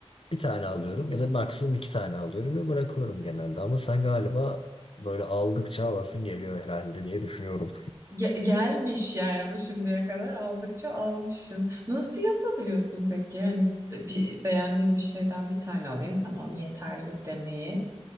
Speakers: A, on the left; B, on the right.
A: bir tane alıyorum ya da maksimum iki tane alıyorum ve bırakıyorum genelde. Ama sen galiba böyle aldıkça alasın geliyor herhalde diye düşünüyorum.
B: Ge- gelmiş yani bu şimdiye kadar aldıkça almışım. Nasıl yapabiliyorsun peki? Yani bir, beğendiğin bir şeyden bir tane alayım tamam yeterli demeyi.